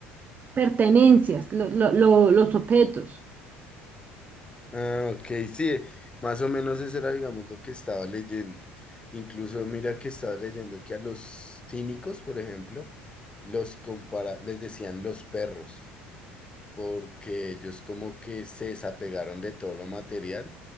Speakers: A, on the right (about 30°); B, on the left (about 15°).
A: pertenencias, lo- lo- lo- los objetos.
B: Ah, ok, sí, más o menos eso era, digamos, lo que estaba leyendo. Incluso mira que estaba leyendo que a los cínicos, por ejemplo, los compara, les decían los perros. porque ellos como que se desapegaron de todo lo material